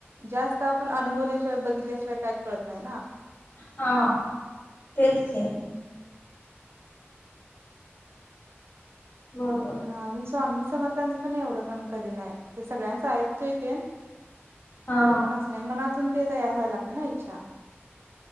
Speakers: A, on the right; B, on the left.
A: जास्त आपण अनुभवल्याशिवाय बघितल्याशिवाय काय कळत नाय.
B: हा, तेच की. बरोबर आहे
A: म आजून स्वामी समर्थांच पण एवढं पण कधी नाय ते सगळ्यांच ऐकतोय तेेन.
B: हा
A: तरी पण अस नाही मनातून ते तयार व्हायला लागते ना इच्छा.